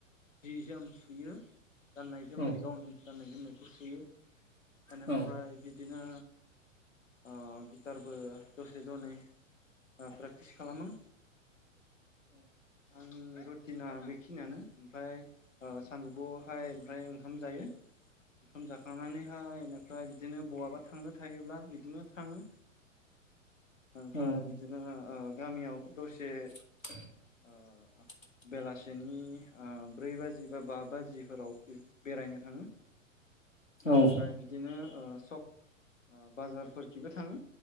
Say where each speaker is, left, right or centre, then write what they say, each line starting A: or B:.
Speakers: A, on the left (about 70°); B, on the left (about 80°).
A: जि जोम सुयो गाननाय जोमनाय
B: औ
A: गावनि गाननाय जोमनायखौ सुयो बेनिफ्राय
B: औ उम
A: बिदिनो अगिटारबो दसे दनै ओ प्रेक्टिस खालामो। आं रटिना दै खिनियानो ओमफ्राय ओ सानजौफुआवहाय ओमफ्राय ओंखाम जायो। ओंखाम जाखांनानैहाय एनिफ्राय बिदिनो बहाबा थांनो थायोब्ला बिदि दिनो थाङो ओमफ्राय
B: औ
A: बिदिनो गामियाव दसे
B: <inaudible>
A: ओ बेलासिनि ओ ब्रै बाजि बा बा बाजिफोराव बेरायनो थाङो।
B: औ
A: ओमफ्राय बिदिनो ओ सक बाजारफोरखिबो थाङो